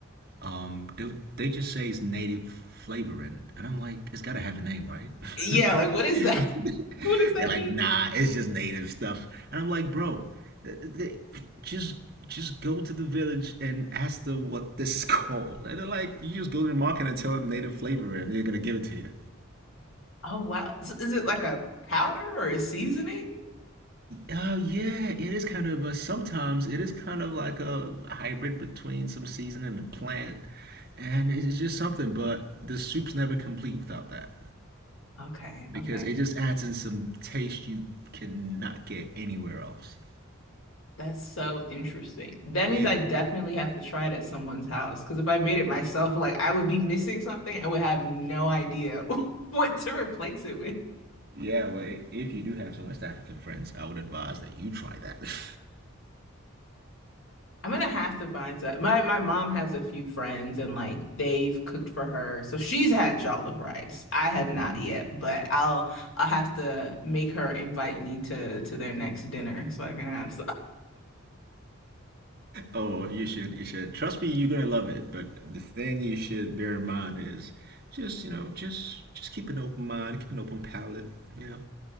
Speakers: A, on the right; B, on the left.
A: um they, they just say it's native flavoring, and I'm like, it's got to have a name, right? <laughs>
B: Yeah, like what is that?
A: <laughs>
B: <laughs> What does that
A: They're like,
B: mean?
A: nah, it's just native stuff. And I'm like, bro, they just just go to the village and ask them what this is <laughs> called. And they're like, you just go to the market and tell them native flavor, and they're gonna give it to you.
B: Oh wow. So is it like a powder or a seasoning?
A: Uh, yeah, it is kind of, but sometimes it is kind of like a hybrid between some season and a plant, and it's just something. But the soup's never complete without that
B: Okay,
A: because
B: okay.
A: it just adds in some taste you cannot get anywhere else.
B: That's so interesting. That
A: Yeah,
B: means I definitely have to try it at someone's house because if I made it myself, like I would be missing something and would have no idea <laughs> what to replace it with.
A: Yeah, well, if you do have some West African friends, I would advise that you try that. <laughs>
B: I'm gonna have to find that. My my mom has a few friends and like they've cooked for her. So she's had jollof rice. I have not
A: hmm
B: yet, but I'll I'll have to make her invite me to to their next dinner so I can have
A: Oh, you should, you should. Trust me, you're gonna love it. But the thing you should bear in mind is just, you know, just just keep an open mind, keep an open palate, you know.